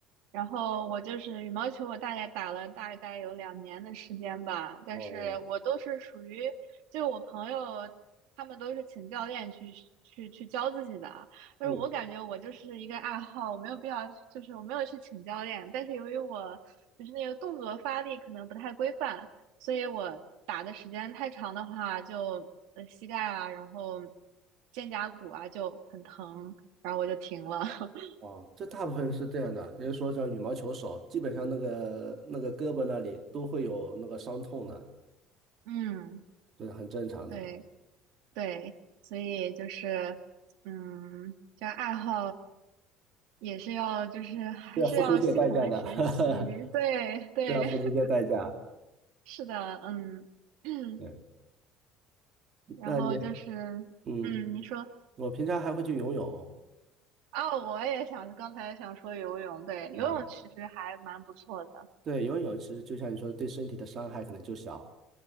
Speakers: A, on the right; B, on the right.
A: 然后我就是羽毛球，我大概打了大概有两年的时间吧，但是我都是属于，
B: 哦，
A: 就我朋友他们都是请教练去去去教自己的啊，但是我感觉我就是一个爱好，
B: 嗯，
A: 我没有必要，就是我没有去请教练，但是由于我就是那个动作发力可能不太规范，所以我打的时间太长的话，就呃膝盖啊，然后肩胛骨啊就很疼，然后我就停了。<laughs>
B: 啊，这大部分是这样的。比如说像羽毛球手，基本上那个那个胳膊那里都会有那个伤痛的，
A: 嗯，
B: 这是很正常的，
A: 对对，所以就是，嗯，这爱好也是要，就是还是要系统的学习，
B: 这要付出一些代价的，<laughs>
A: 对对，
B: 这要付出一些代价。
A: <laughs> 是的，嗯，<clears throat>
B: 对，
A: 然后就是，
B: 那你嗯。
A: 嗯，你说
B: 我平常还会去游泳，
A: 啊，我也想，刚才想说游泳，对，游泳其实还蛮不错的，
B: 啊，对，游泳其实就像你说的，对身体的伤害可能就小，